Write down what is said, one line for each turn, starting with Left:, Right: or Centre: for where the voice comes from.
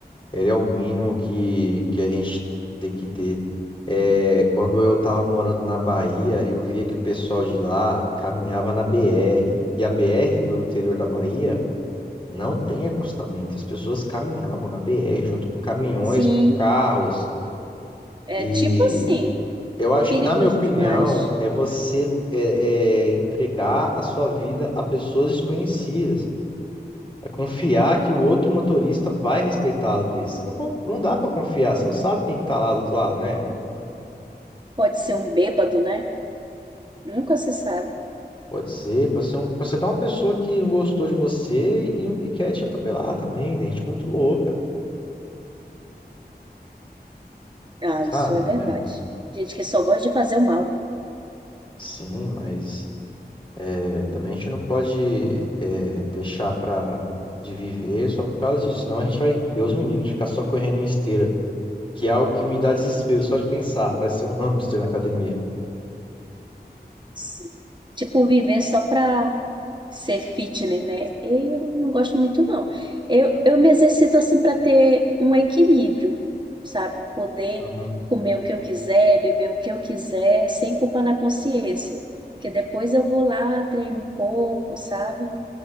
Left: ele é o mínimo que, que a gente tem que ter. É, quando eu tava morando na Bahia, eu via que o pessoal de lá caminhava na BR. E a BR do interior da Bahia não tem acostamento. As pessoas caminhavam na BR junto com caminhões,
Right: Sim,
Left: com carros.
Right: é
Left: E
Right: tipo assim,
Left: eu acho
Right: perigoso
Left: que, na minha opinião,
Right: demais.
Left: é você é, é, entregar a sua vida a pessoas desconhecidas. É confiar que o outro motorista vai respeitá-lo. Thaís. Você Não, con- não dá pra confiar, você não sabe quem que tá lá do outro lado, né?
Right: Pode ser um bêbado, né? Nunca se sabe.
Left: Pode ser, pode ser, um, pode ser até uma pessoa que não gostou de você e, e quer te atropelar também. Tem gente muito louca,
Right: Ah,
Left: sabe?
Right: isso é verdade.
Left: É,
Right: Gente que só gosta de fazer o mal.
Left: sim, mas é, também a gente não pode é, deixar pra, de viver só por causa disso. Senão a gente vai, Deus me livre, de ficar só correndo em esteira, que é algo que me dá desespero só de pensar. Parece ser um hamster na academia.
Right: Sim. Tipo, viver só pra ser fitness, né? Eu não gosto muito, não. Eu, eu me exercito assim pra ter um equilíbrio, sabe? Poder
Left: Uhum.
Right: comer o que eu quiser, beber o que eu quiser, sem culpa na consciência. Porque depois eu vou lá, treino um pouco, sabe?